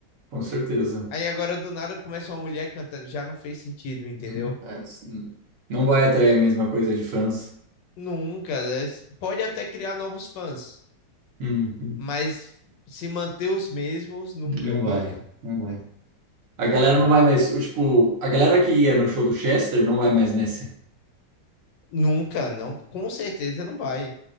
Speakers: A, on the right; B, on the left.
A: com certeza.
B: Aí agora do nada começa uma mulher cantando, já não fez sentido, entendeu?
A: Hum, é, sim. Não vai atrair a mesma coisa de fãs.
B: Nunca, né? S- Pode até criar novos fãs,
A: Uhum.
B: mas se manter os mesmos, nunca,
A: Não
B: nunca,
A: vai, não vai. A galera
B: entendeu?
A: não vai mais, o tipo, a galera que ia no show do Chester não vai mais nesse.
B: Nunca, não, com certeza não vai.